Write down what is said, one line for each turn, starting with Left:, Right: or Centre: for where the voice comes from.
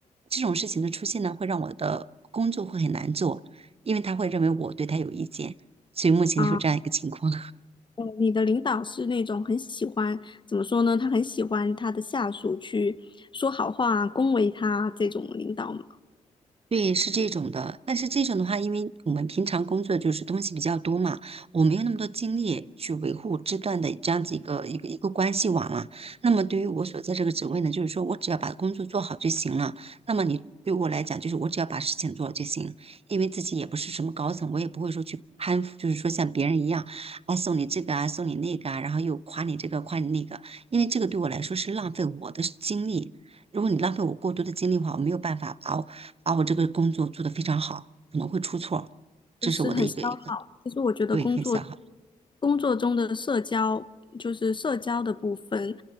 Right: 这种事情的出现呢，会让我的工作会很难做，因为他会认为我对他有意见，所以目前就是这样一个情况。
Left: 啊？呃你的领导是那种很喜欢，怎么说呢？他很喜欢他的下属去说好话、恭维他这种领导吗？
Right: 对，是这种的，但是这种的话，因为我们平常工作就是东西比较多嘛，我没有那么多精力去维护这段的这样子一个一个一个关系网了。那么对于我所在这个职位呢，就是说我只要把工作做好就行了。那么你对我来讲，就是我只要把事情做好就行，因为自己也不是什么高层，我也不会说去攀附，就是说像别人一样，啊送你这个啊，送你那个啊，然后又夸你这个夸你那个，因为这个对我来说是浪费我的精力。如果你浪费我过多的精力的话，我没有办法把我把我这个工作做得非常好，可能会出错，这是我的一个一个
Left: 就是很消耗。其实我觉得工作
Right: 对很小哈。啊
Left: 工作中的社交，就是社交的部分，